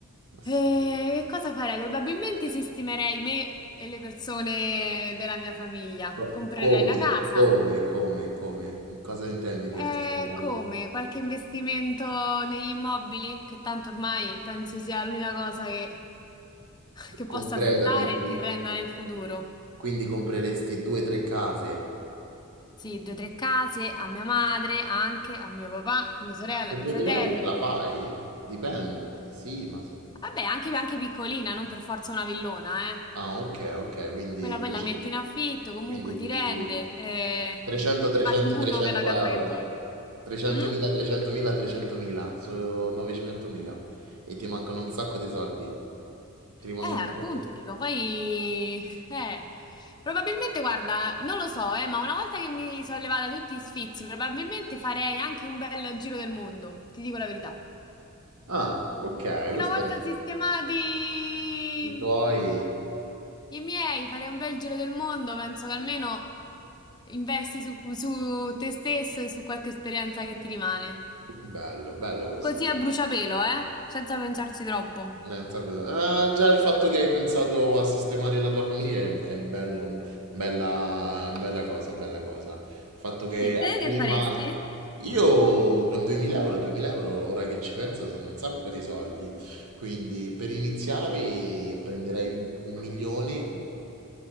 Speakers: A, on the right; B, on the left.
A: ma sì.
B: Eh, che cosa farei? Probabilmente sistemerei me e le persone della mia famiglia.
A: Co-
B: Comprerei
A: come,
B: una casa.
A: come, come, come? Cosa intendi per
B: E
A: sistemare?
B: come?
A: Quindi,
B: Qualche investimento negli immobili? Che tanto ormai penso sia l'unica cosa che, che
A: concreta,
B: possa fruttare
A: dici?
B: e che renda nel futuro.
A: Quindi compreresti due o tre case?
B: Sì, due o tre case a mia madre, anche a mio papà, a mia sorella,
A: Con
B: a mio
A: 2000
B: fratello.
A: euro ce la fai? Dipende, sì, ma... se-
B: Vabbè, anche, anche piccolina, non per forza una villona, eh.
A: Ah, ok, ok, quindi,
B: Quella poi
A: dici-
B: la metti in affitto, comunque
A: quindi
B: ti
A: dici
B: rende, eh,
A: 300, 300,
B: ti fa il mutuo
A: 300
B: per la casa
A: euro.
B: che vuoi.
A: 300.000,
B: Mm?
A: 300.000, 300.000, sono 900.000 e ti mancano un sacco di soldi. Ti rimangono
B: Eh, appunto,
A: un sacco.
B: dico, poi... Eh, probabilmente, guarda, non lo so, eh, ma una volta che mi sono levata tutti i sfizi, probabilmente farei anche un bel giro del mondo, ti dico la verità.
A: Ah, ok,
B: Una
A: questo
B: volta
A: è
B: sistemati...
A: i tuoi.
B: I miei, farei un bel giro del mondo, penso che almeno investi su, su te stesso e su qualche esperienza che ti rimane.
A: Bello, bello così.
B: Così a bruciapelo, eh? Senza pensarci troppo.
A: Eh, sapevo. Ah, già il fatto che hai pensato a sistemare la tua famiglia è, è bello, bella, bella cosa, bella cosa. Il fatto che
B: Sì, te che
A: prima...
B: faresti?
A: Io con 2000 euro, 2000 euro, ora che ci penso, sono un sacco di soldi. Quindi per iniziare prenderei un milione